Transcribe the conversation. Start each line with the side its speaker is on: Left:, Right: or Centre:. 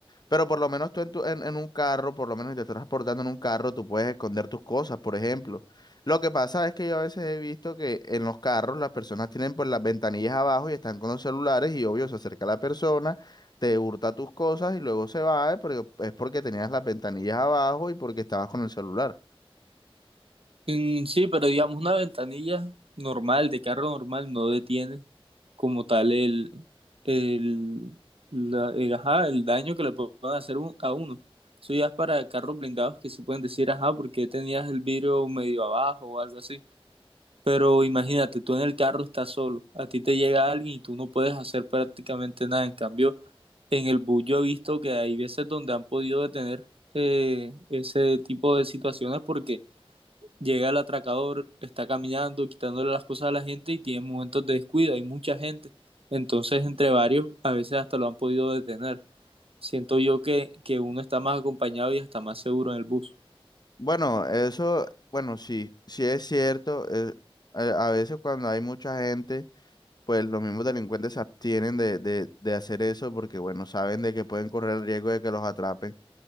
Left: Pero por lo menos tú en, tu- en, en un carro, por lo menos si te estás transportando en un carro, tú puedes esconder tus cosas, por ejemplo. Lo que pasa es que yo a veces he visto que en los carros las personas tienen pues las ventanillas abajo y están con los celulares y obvio se acerca la persona, te hurta tus cosas y luego se va, eh, porque es porque tenías las ventanillas abajo y porque estabas con el celular.
Right: Mm, sí, pero digamos, una ventanilla normal, de carro normal, no detiene como tal el, el, la- el, ajá, el daño que le pueden hacer un- a uno. Eso ya es para carros blindados que sí pueden decir, ajá, porque tenías el vidrio medio abajo o algo así. Pero imagínate, tú en el carro estás solo, a ti te llega alguien y tú no puedes hacer prácticamente nada. En cambio, en el bus yo he visto que hay veces donde han podido detener eh, ese tipo de situaciones porque llega el atracador, está caminando, quitándole las cosas a la gente y tiene momentos de descuido, hay mucha gente. Entonces, entre varios, a veces hasta lo han podido detener. Siento yo que, que uno está más acompañado y está más seguro en el bus.
Left: Bueno, eso, bueno, sí, sí es cierto. eh, a a veces cuando hay mucha gente pues los mismos delincuentes se abstienen de, de, de hacer eso porque, bueno, saben de que pueden correr el riesgo de que los atrapen.